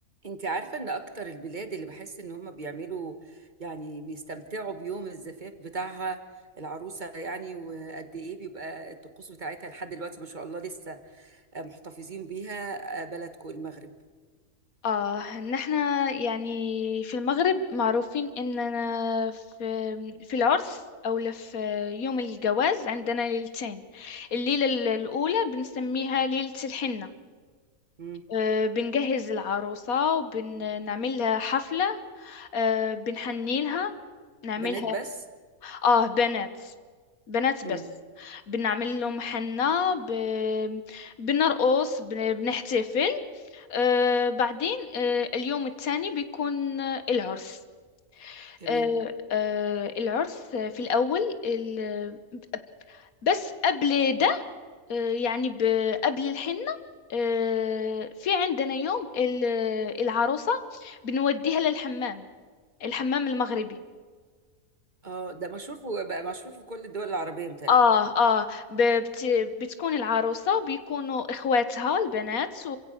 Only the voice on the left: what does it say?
اه ان احنا يعني في المغرب معروفين اننا في في العرس او لا في يوم الجواز عندنا ليلتين الليلة ال- الاولى بنسميها ليلة الحنة
آه، بنجهز العروسة وبنعمل لها حفلة آه، بنحني لها نعملها
اه بنات بنات
بس بنعمل لهم حنة ب... بنرقص بن... بنحتفل آه بعدين آه اليوم الثاني بيكون آه العرس
آه آه العرس آه، في الأول ال- بس قبل ده آه يعني ب- قبل الحنة آه في عندنا يوم ال- العروسة بنوديها للحمام الحمام المغربي
اه اه ب- بت بتكون العروسة وبيكونوا اخواتها البنات و...